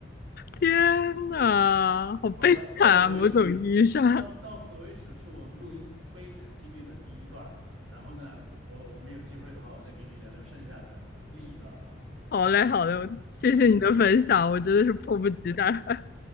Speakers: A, on the left; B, on the right.
A: 天呐，好悲惨啊！
B: 好的，到此为止，
A: 某种意义上，
B: 到到此为止是我录音悲惨经历的第一段儿。然后呢，我我们有机会的话，我再给你聊聊剩下的另一段儿啊。
A: <laughs> 好嘞，好嘞，谢谢你的分享，
B: 嗯，
A: 我真的是迫不及待。<laughs>